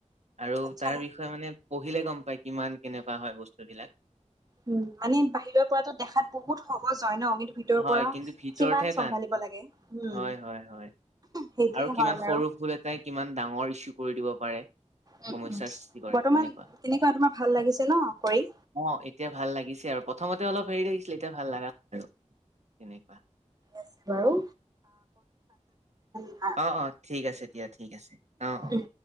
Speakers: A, on the right; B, on the right.
A: আৰু
B: আচ্ছা
A: তাৰ বিষয়ে মানে পঢ়িলে গম পায় কিমান কেনেকুৱা হয় বস্তু টো বিলাক।
B: উম মানে বাহিৰৰ পৰাতো দেখাত বহুত সহজ হয় ন কিন্তু ভিতৰৰ
A: হয়
B: পৰা
A: কিন্তু ভিতৰতহে
B: কিমান চম্ভালিব
A: টান
B: লাগে। উম।
A: হয় হয় হয়
B: সেইটোয়ে
A: আৰু কিমান
B: হয় বাৰু
A: সৰু ভুল এটাই কিমান ডাঙৰ ইছু কৰি দিব পাৰে।
B: উম
A: সমস্যাৰ
B: উম।
A: সৃষ্টি কৰে
B: বৰ্তমান
A: তেনেকুৱা
B: কেনেকুৱা তোমাৰ ভাল লাগিছে ন কৰি?
A: অঁ, এতিয়া ভাল লাগিছে আৰু প্ৰথমতে অলপ হেৰি লাগিছিলে, এতিয়া ভাল লগা হৈছে আৰু তেনেকুৱা।
B: আছে বাৰু <unintelligible>
A: অঁ অঁ, ঠিক আছে দিয়া ঠিক আছে। অঁ অঁ।
B: উম